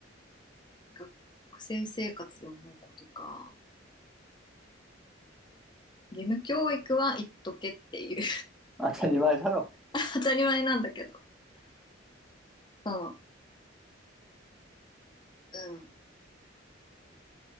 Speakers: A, on the left; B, in the centre.
A: 学生生活で思うことか。義務教育は言っとけっていう
B: <laughs> 当たり前だろ。
A: <laughs> 当たり前なんだけど。その、うん。